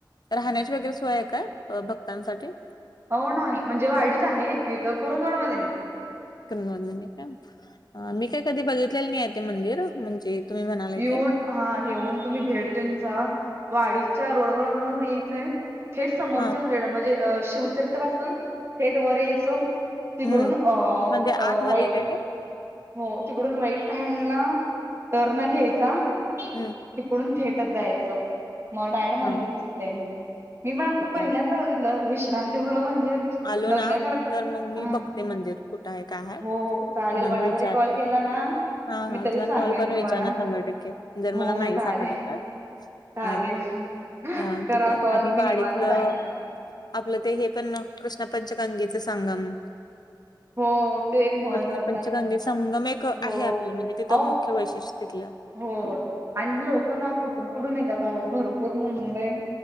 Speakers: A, on the left; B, on the right.
A: राहण्याची वगैरे सोय आहे का भक्तांसाठी?
B: हो नाही. म्हणजे वाय डी तआहे. इथ कुरुंदवाड मध्ये.
A: कन म्हण का मी काय कधी बघितलेलं नाही आहे ते मंदिर म्हणजे तुम्ही म्हणाल
B: येऊन
A: ते.
B: हा येऊन तुम्ही भेट देऊन जा वाडीच्या रोडवरून यायचंय थेट समोरच्याच
A: हा.
B: रेड शिवतीर्थ पासून थेट वर यायचं. तिकडून
A: हम्म.
B: अ
A: म्हणजे आतमध्ये
B: राईट
A: आहे काय ते?
B: हो तिकडून राईट हँडला टर्न घ्यायचा.
A: हम्म.
B: तिकडून थिएटर जायचं मग डायरेक्ट मंदिरच.
A: हा.
B: मी पण आता
A: ठीक
B: पहिल्यांदा
A: आहे
B: बघितलं विश्रांती गृह म्हणजे
A: आलो
B: बघण्यासारखं
A: ना तर मग मी
B: हा
A: बघते मंदिर कुठं आहे काय
B: हो हो चालेल
A: मग
B: मला
A: विचारते.
B: जरी कॉल केला ना
A: हा
B: मी
A: हा
B: तरी
A: तुम्हाला
B: सांगेन
A: कॉल करु.
B: तुम्हाला
A: विचारणार शंभर टक्के जर
B: हो
A: मला नाही
B: चालेल
A: सापडलं तर
B: चालेल
A: अ. हा
B: करा
A: ठीक आहे
B: कॉल
A: आणि
B: मी
A: वाडीतलं
B: निवांत सांगेन
A: आपलं ते हे पण कृष्ण पंचगंगेच संगम.
B: हो ते एक महत्त्वाचं
A: कृष्ण पंचगंगेचसंगम
B: आहे
A: एक आहे
B: हो
A: आपलं म्हणजे तिथं
B: अहो
A: मुख्य वैशिष्ट्य तिथलं
B: हो आणि लोक ना कुठून कुठून येतात. अहो भरपूर मुंबई